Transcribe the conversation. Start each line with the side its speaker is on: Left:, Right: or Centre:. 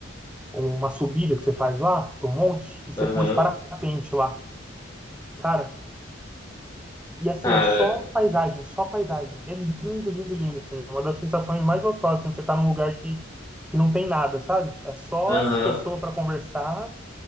Centre: uma subida que você faz lá, pro monte, e você
Left: Aham.
Centre: pula de parapente lá. Cara, e assim,
Left: Cara,
Centre: é só paisagem, só paisagem. É lindo, lindo, lindo, assim. Uma das sensações mais gostosas, assim, você tá num lugar que, que não tem nada, sabe? É só
Left: aham.
Centre: pessoa para conversar,